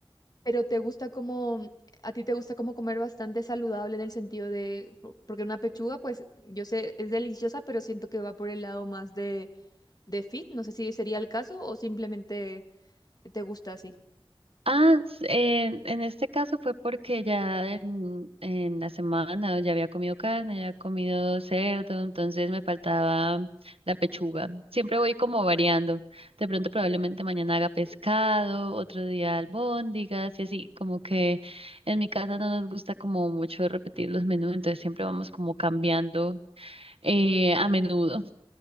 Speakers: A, on the left (about 45°); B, on the right (about 80°).
A: Pero te gusta como, a ti te gusta como comer bastante saludable en el sentido de, po- porque una pechuga, pues yo sé, es deliciosa, pero siento que va por el lado más de, de fit. No sé si sería el caso o simplemente te gusta así.
B: Ah, s- en, en este caso fue porque ya en, en la semana ya había comido carne, ya había comido cerdo, entonces me faltaba la pechuga. Siempre voy como variando. De pronto probablemente mañana haga pescado, otro día albóndigas y así, como que en mi casa no nos gusta como mucho repetir los menús, entonces siempre vamos como cambiando eh, a menudo.